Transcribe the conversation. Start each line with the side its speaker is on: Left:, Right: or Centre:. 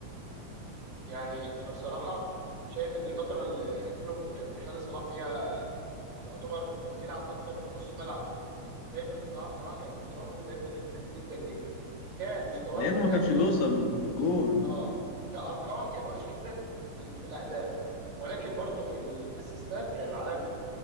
Right: يعني انا بصراحة شايف ان الفترة اللي كلوب كان بيخلي صلاح فيها يعتبر كان بيلعب اكتر كنص ملعب شايف ان صلاح بصراحة كان مستواه متدني جدا جدا جدا كان مستواه
Left: لانه
Right: متدني
Left: ما كانش بيوصل بالجون
Right: اه كارقام كان وحش جدا في ال- في الاهداف ولكن برضه في الاسيستات كان عالمي